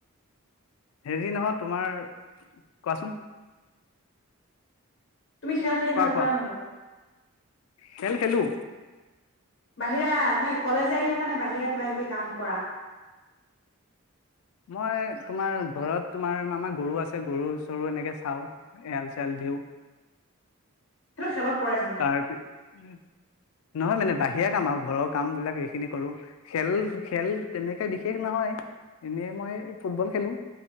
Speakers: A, on the left; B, on the left.
A: হেৰি নহয় তোমাৰ কোৱাচোন
B: তুমি খেল খেলি
A: কোৱা
B: ভাল
A: কোৱা
B: পোৱা নে নোপোৱা?
A: খেল খেলো
B: বাহিৰা নে কলেজে আহি থকা নে বাহিৰা কিবা কিবি কাম কৰা
A: মই তোমাৰ ঘৰত তোমাৰ আমাৰ গৰু আছে গৰু চৰু এনেকে চাওঁ এৰাল চেৰাল দিওঁ।
B: সেইটো খেলত
A: তাৰপিছত
B: পৰে জানো
A: নহয় মানে বাহিৰা কাম আৰু ঘৰৰ কাম বিলাক সেইখিনি কৰো খেল খেল তেনেকে বিশেষ নহয় এনেই মই ফুটবল খেলো